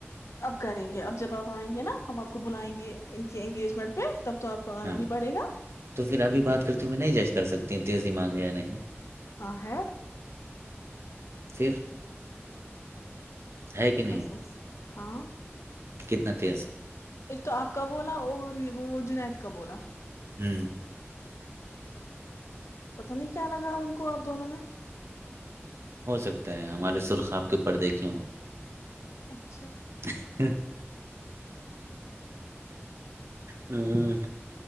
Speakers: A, on the left; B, on the right.
A: اب کریں گے اب جب آپ آئیں گے نا ہم آپ کو بلائیں گے ان کے انگیجمنٹ پہ تب تو آپ کو آنا
B: ہاں
A: ہی پڑے گا
B: تو پھر ابھی بات کرتے ہوئے نہیں جائج کر سکتا اتنی تیزی مانگ ہے یا نہیں
A: ہاں ہے
B: پھر ہے کہ نہیں
A: بسس ہاں
B: کتنا تیز
A: ایک تو آپ کا بولا اور وہ جنید کا بولا
B: تین
A: پت نہیں کیا لگا ان کو آپ دونوں میں
B: ہو سکتا ہے ہمارے سرخواب کے پر دیکھے ہ
A: اچ
B: <inaudible> ہ